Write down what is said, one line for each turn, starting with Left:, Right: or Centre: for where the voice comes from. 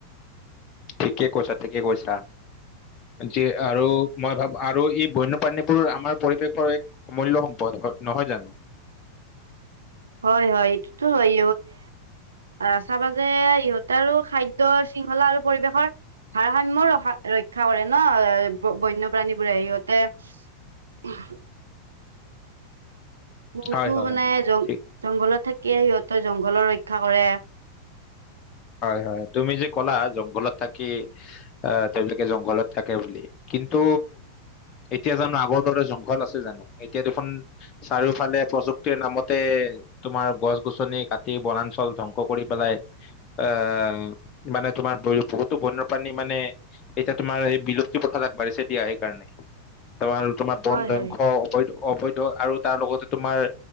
Left: ঠিকে কৈছা ঠিকে কৈছা যি আৰু মই ভাবো আৰু এই বন্যপ্ৰাণীবোৰ আমাৰ পৰিৱেশৰ এক অমূল্য সম্পদ নহয় জানো
Right: হয় হয় এইটো টো হয়ে আহ চাবা যে ইহঁতে আৰু খাদ্য শৃংখলা আৰু পৰিৱেশৰ ভাৰসাম্য ৰা ৰক্ষা কৰে ন বন্যপ্ৰাণীবোৰে সিহঁতে <unintelligible> বহুতো
Left: হয় হয়
Right: মানে
Left: হয়।
Right: জং
Left: ঠিক
Right: জংঘলত থাকিয়ে সিহঁতৰ জংঘলৰ ৰক্ষা ৰক্ষা কৰে
Left: হয় হয় তুমি যে কলা জংঘলত থাকি অহ তেওঁলোকে জংঘলত থাকে বুলি কিন্তু এতিয়া জানো আগৰ দৰে জংঘল আছে জানো এতিয়া দেখোন চাৰিওফালে প্ৰযুক্তিৰ নামতে তোমাৰ গছ গছনি কাটি বনাঞ্চল ধ্বংস কৰি পেলাই আহ মানে তোমাৰ বহুতো বন্যপ্ৰাণী মানে এতিয়া তোমাৰ এই বিলুপ্তি পথত আগবাঢ়িছে দিয়া সেইকাৰণে তাৰ তোমাৰ বন
Right: হয়
Left: ধ্বংস
Right: হয়
Left: অবৈধ আৰু তাৰ লগতে তোমাৰ